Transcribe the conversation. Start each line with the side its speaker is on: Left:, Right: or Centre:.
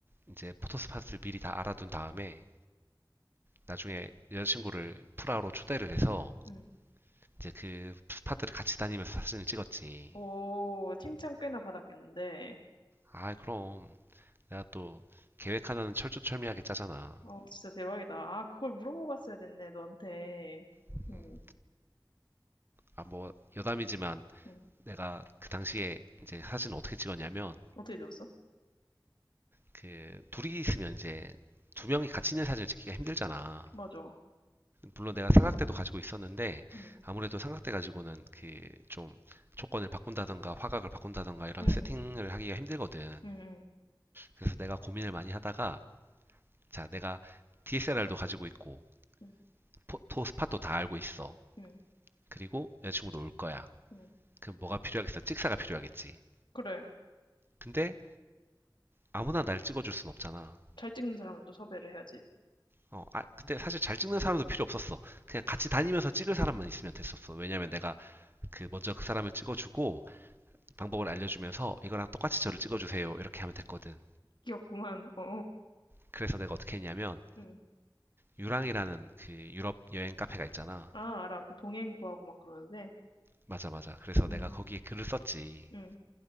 Right: 이제 포토스팟을 미리 다 알아둔 다음에 나중에 여자친구를 프라로 초대를 해서
Left: 응.
Right: 이제 그 스팟들을 같이 다니면서 사진을 찍었지.
Left: 오, 칭찬 꽤나 받았겠는데.
Right: 아, 그럼 내가 또 계획 하나는 철두철미하게 짜잖아.
Left: 어, 진짜 대박이다. 아, 그걸 물어보고 갔어야 됐네, 너한테.
Right: 음.
Left: 응,
Right: 아, 뭐, 여담이지만
Left: 응.
Right: 내가 그 당시에 이제 사진을 어떻게 찍었냐면,
Left: 어떻게 줬어?
Right: 그, 둘이 있으면 이제 두 명이 같이 있는 사진을 찍기가 힘들잖아.
Left: 맞아.
Right: 물론 내가 삼각대도 가지고 있었는데,
Left: 응,
Right: 아무래도 삼각대 가지고는 그, 좀, 조건을 바꾼다던가 화각을 바꾼다던가 이런
Left: 응,
Right: 세팅을 하기가 힘들거든.
Left: 응,
Right: 그래서 내가 고민을 많이 하다가, 자, 내가 DSLR도 가지고 있고,
Left: 응,
Right: 포토 스팟도 다 알고 있어.
Left: 응,
Right: 그리고 여자친구도 올 거야.
Left: 응.
Right: 그럼 뭐가 필요하겠어? 찍사가 필요하겠지.
Left: 그래요.
Right: 근데 아무나 날 찍어줄 순 없잖아.
Left: 잘 찍는 사람을 또 섭외를 해야지.
Right: 어, 아, 근데 사실 잘 찍는 사람도 필요 없었어. 그냥 같이 다니면서 찍을 사람만 있으면 됐었어. 왜냐면 내가 그 먼저 그 사람을 찍어주고 방법을 알려주면서 이거랑 똑같이 저를 찍어주세요. 이렇게 하면 됐거든.
Left: 귀엽구만. 어,
Right: 그래서 내가 어떻게 했냐면
Left: 응.
Right: 유랑이라는 그 유럽 여행 카페가 있잖아.
Left: 아, 알아. 그 동행 구하고 막 그러는데.
Right: 맞아, 맞아. 그래서 내가
Left: 응,
Right: 거기에 글을 썼지.
Left: 응.